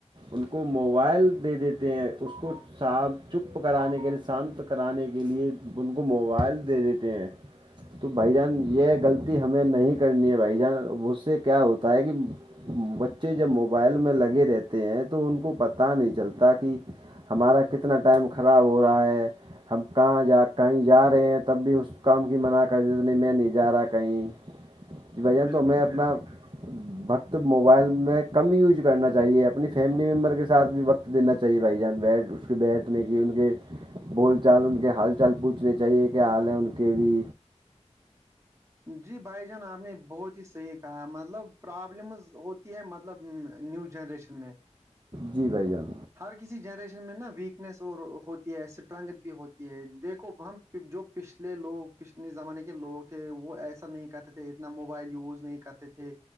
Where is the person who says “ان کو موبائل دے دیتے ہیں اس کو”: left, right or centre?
Right